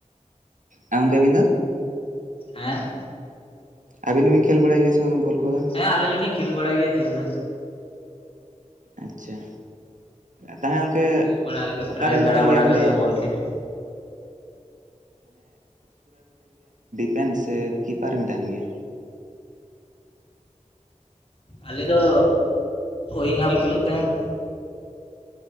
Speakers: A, on the right; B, on the left.
A: ᱮᱸ ᱜᱚᱝᱠᱮ ᱟᱹᱵᱤᱱ ᱫᱚ?
B: ᱦᱮᱸ
A: ᱟᱹᱵᱤᱱ ᱫᱚᱸᱵᱮᱱ ᱠᱷᱮᱞ ᱵᱟᱲᱟᱭ ᱜᱮᱭᱟ ᱥᱮ ᱵᱟᱝ ᱵᱚᱞ ᱠᱚᱫᱚ?
B: ᱦᱮᱸ ᱟᱹᱞᱤᱧ ᱦᱚᱞᱤᱧ ᱠᱷᱮᱞ ᱵᱟᱲᱟᱭ ᱜᱮᱭᱟ ᱠᱷᱮᱞ ᱫᱚ᱾
A: ᱟᱪᱪᱷᱟ ᱛᱟᱦᱚᱞᱮ ᱜᱚᱝᱠᱮ
B: ᱠᱷᱮᱞ ᱵᱟᱲᱟ ᱦᱩᱭᱩᱜ ᱜᱮᱭᱟ
A: ᱚᱠᱟᱨᱮᱵᱤᱱ
B: ᱯᱨᱟᱭ ᱫᱟᱬᱟ
A: ᱠᱷᱮᱞ
B: ᱵᱟᱲᱟ
A: ᱜᱮᱭᱟ ᱟᱹᱵᱤᱱ
B: ᱜᱮ
A: ᱫᱚ?
B: ᱦᱩᱭᱩᱜᱼᱟ ᱵᱚᱞ ᱠᱷᱮᱞ
A: ᱯᱮᱱ ᱥᱮ ᱠᱤᱯᱟᱨ ᱵᱮᱱ ᱛᱟᱦᱮᱱ ᱜᱮᱭᱟ?
B: ᱟᱹᱞᱤᱧ ᱫᱚ <unintelligible> ᱠᱷᱮᱞᱳᱜ ᱛᱟᱦᱮᱸᱫ᱾